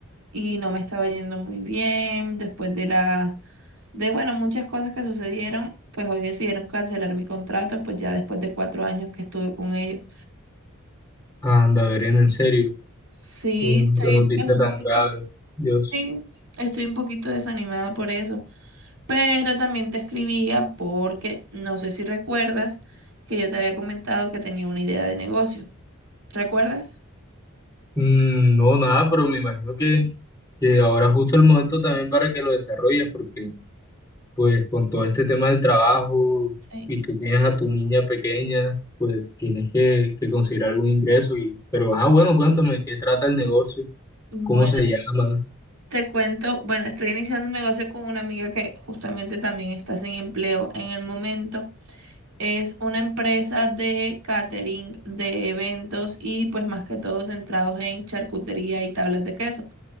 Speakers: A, on the right (about 90°); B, on the left (about 15°).
A: y no me estaba yendo muy bien. Después de la, de bueno, muchas cosas que sucedieron, pues hoy decidieron cancelar mi contrato, pues ya después de cuatro años que estuve con ellos.
B: Anda, Verena, en serio.
A: Sí,
B: Uy, no,
A: estoy
B: qué noticia
A: pues, un
B: tan
A: poquito,
B: grave. Dios.
A: sí, estoy un poquito desanimada por eso. Pero también te escribía porque no sé si recuerdas que yo te había comentado que tenía una idea de negocio. ¿Recuerdas?
B: Mm, no, nada, pero me imagino que, que ahora es justo el momento también para que lo desarrolles, porque pues con todo este tema del trabajo
A: Sí.
B: y tú tienes a tu niña pequeña, pues tienes que, que conseguir algún ingreso. Y, pero, ah, bueno, cuéntame, ¿qué trata el negocio?
A: Bueno,
B: ¿Cómo se llama?
A: te cuento, bueno, estoy iniciando un negocio con una amiga que justamente también está sin empleo en el momento. Es una empresa de catering, de eventos y pues más que todo centrados en charcutería y tablas de queso.